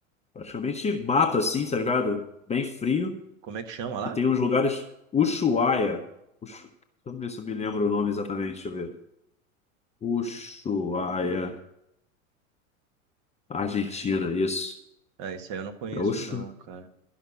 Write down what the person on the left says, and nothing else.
Praticamente mato, assim, tá ligado? Bem frio.
E tem uns lugares... Ushuaia. Ushu... Deixa eu ver se eu me lembro o nome exatamente, deixa eu ver. Ushuaia, Argentina, isso.
É Ushu...